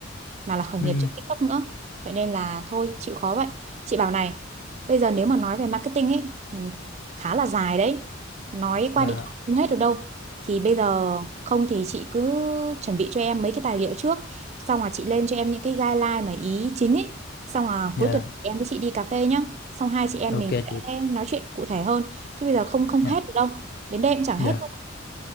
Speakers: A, on the right; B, on the left.
A: mà là khởi nghiệp
B: ừ
A: trên TikTok nữa vậy nên là thôi chịu khó vậy chị bảo này bây giờ nếu mà nói về marketing ấy ừ, khá là dài đấy nói qua
B: dạ.
A: điện thoại không hết được đâu thì bây giờ không thì chị cứ chuẩn bị cho em mấy cái tài liệu trước xong là chị lên cho em những cái guideline mà ý chính ấy xong là
B: dạ
A: cuối tuần em với chị đi cà phê nhá xong hai chị em
B: ok
A: mình sẽ
B: chị
A: nói chuyện cụ thể hơn chứ bây giờ không không
B: dạ
A: hết được đâu đến đây cũng chẳng
B: dạ
A: hết đâu